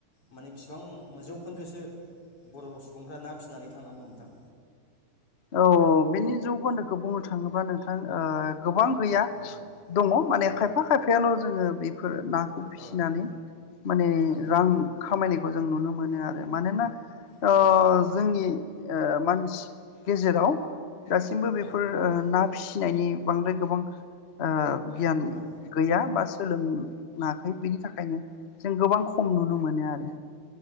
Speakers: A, on the left; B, on the left.
A: माने बिसिबां जौखोन्दोसो बर' सुबुंफ्रा ना फिसिनानै थांनानै दं नोंथां?
B: औ बिनि जौखोन्दोखौ बुंनो थाङोब्ला नोंथां ओ गोबां गैया
A: औ
B: दङ माने
A: औ
B: खायफा खायफायाल' जोङो फोर नाखौ फिसिनानै
A: औ
B: माने
A: औ
B: रां खामायनायखौ जों नुनो मोनो आरो मानोना
A: औ
B: अ जोंनि ओ मानसि गेजेराव दासिमबो बेफोर
A: औ
B: ओ ना फिसिनायनि बांद्राय गोबां ओ गियान
A: औ
B: गैया बा सोलों ङाखै बेनि थाखायनो जों गोबां खम नुनो मोनो आरो